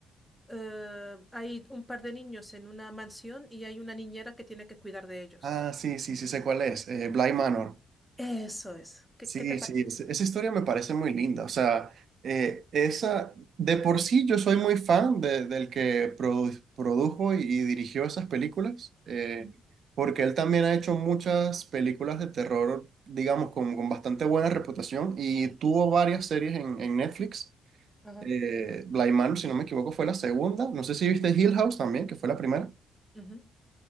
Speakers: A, in the centre; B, on the right.
A: eh, hay un par de niños en una mansión y hay una niñera que tiene que cuidar de ellos.
B: Ah, sí, sí, sí sé cuál es. Eh, Bly Manor.
A: Eso es. ¿Qué,
B: Sí,
A: qué te parece?
B: sí, es- esa historia me parece muy linda. O sea, eh, esa, de por sí yo soy muy fan de- del que produ- produjo y, y dirigió esas películas, eh,
A: Ujú.
B: porque él también ha hecho muchas películas de terror, digamos, con, con bastante buena reputación y tuvo varias series en, en Netflix.
A: Ajá.
B: Eh, Bly Manor, si no me equivoco, fue la segunda. No sé si viste Hill House también, que fue la primera.
A: Ujú.